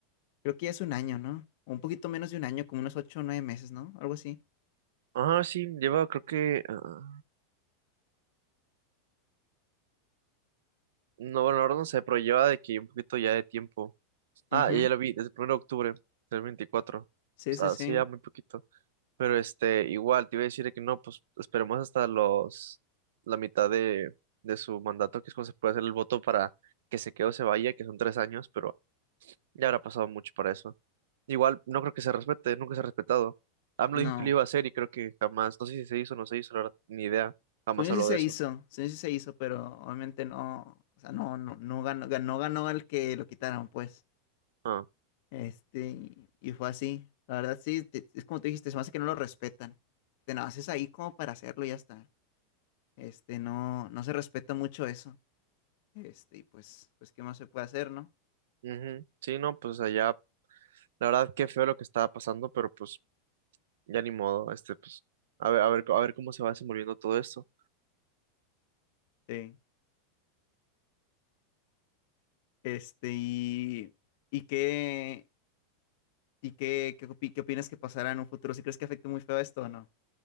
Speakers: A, on the left; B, on the right.
A: Creo que ya es un año, ¿no? O Un poquito menos de un año, como unos ocho o nueve meses, ¿no? Algo así.
B: ah, sí, lleva, creo que, ah, no, bueno, ahora no sé, pero lleva de que un poquito ya de tiempo. Ah,
A: Ujú.
B: ya la vi, desde el primero de octubre del veinticuatro
A: Sí,
B: o sea,
A: sí, sí.
B: sí, ya muy poquito, pero este, igual, te iba a decir de que no, pues, esperemos hasta los, la mitad de, de su mandato, que es cuando se puede hacer el voto para que se quede o se vaya, que son tres años, pero... Ya habrá pasado mucho para eso. Igual no creo que se respete, nunca se ha respetado. AMLO
A: No.
B: dijo que lo iba a hacer y creo que jamás, no sé si se hizo o no se hizo, la verdad, ni idea. Jamás
A: Según
B: habló
A: yo sí se
B: de eso.
A: hizo, según yo sí se hizo, pero obviamente no, o sea, no, no, no ganó, ganó, ganó el que lo quitaron, pues.
B: Ah,
A: Este, y fue así. La verdad, sí, te- es como tú dijiste, se me hace que no lo respetan. Te lo haces ahí como para hacerlo y ya está. Este, no, no se respeta mucho eso. Este, y pues, pues, ¿qué más se puede hacer, no?
B: ujú. Sí, no, pues allá, la verdad, qué feo lo que estaba pasando, pero pues ya ni modo, este, pues, a ver, a ver, a ver cómo se va desenvolviendo todo esto.
A: Sí. Este, y, y qué, y qué, qué, opi- qué opinas que pasará en un futuro? ¿Si crees que afecte muy feo esto o no?